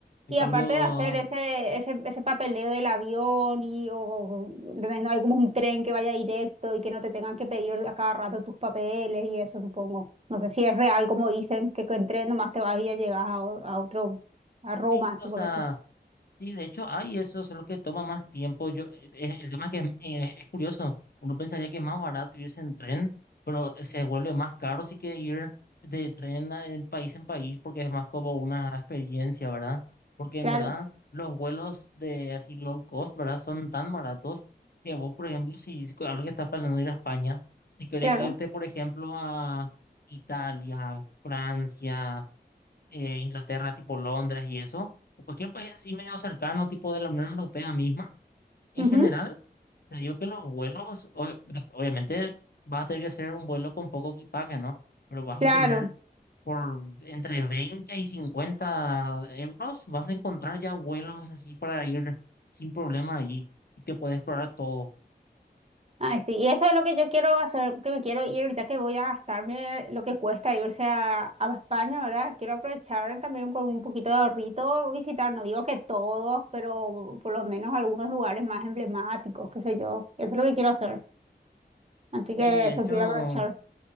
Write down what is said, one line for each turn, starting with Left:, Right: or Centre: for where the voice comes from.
Left: En
Right: Y
Left: cambio,
Right: aparte de hacer ese, ese, ese papeleo del avión y o, o- ¿entendés? no hay como un tren que vaya directo y que no te tengan que pedir a cada rato tus papeles y eso supongo. No sé si es real como dicen que con tren nomás te vas y ya llegas a, o- a otro, a Roma,
Left: sí, o
Right: suponete.
Left: sea... Sí, de hecho, hay eso, solo que toma más tiempo. Yo, eh, eh, el tema es que es, eh, es curioso. Uno pensaría que es más barato irse en tren, pero se vuelve más caro si que ir de tren a- en país en país, porque es más como una experiencia, ¿verdad? Porque en
Right: Claro,
Left: verdad los vuelos de así low cost, ¿verdad? Son tan baratos que vos, por ejemplo, si si ahora que estás planeando ir a España, si querés
Right: claro.
Left: irte, por ejemplo, a Italia, Francia eh, Inglaterra, tipo Londres y eso, o cualquier país así medio cercano, tipo de la Unión Europea misma, en
Right: Ujú,
Left: general, te digo que los vuelos, ob- de- obviamente vas a tener que hacer un vuelo con poco equipaje, ¿no? Pero vas
Right: Claro.
Left: a tener por entre 20 y 50 euros, vas a encontrar ya vuelos así para ir sin problema allí y te puedes explorar todo.
Right: Ay, sí, y eso es lo que yo quiero hacer, que me quiero ir ahorita que voy a gastarme lo que cuesta irse a, a España, ¿verdad? Quiero aprovechar también con un poquito de ahorrito visitar, no digo que todos, pero por lo menos algunos lugares más emblemáticos, qué sé yo. Eso es lo que quiero hacer. Así
Left: Y
Right: que
Left: de
Right: eso
Left: hecho,
Right: quiero aprovechar.